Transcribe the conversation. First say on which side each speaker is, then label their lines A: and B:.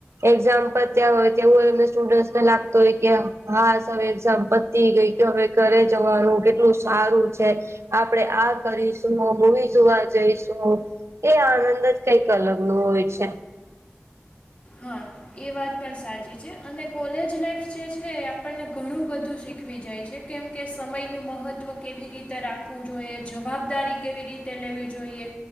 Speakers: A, on the right; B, on the left.
A: એક્ઝામ પત્યા હોય તેવું સ્ટુડન્ટને લાગ તો એ કે હાસ હવે પતિ ગઈ કે હવે ઘરે જવાનું કેટલું સારું છે. આપણેે આ કરીશું મૂવી જોવા જઈશું. એ આનંદ જ કઈક અલગ નું હોય છે.
B: હા. એ વાત પણ સાચી છે અને કોલેજ લાઈફ જે છે એ આપણને ઘણું બધું શીખવી જાય છે. કેમ કે સમયનું મહત્ત્વ કેવી રીતે રાખવું જોઈએ જવાબદારી કેવી રીતે લેવી જોઈએ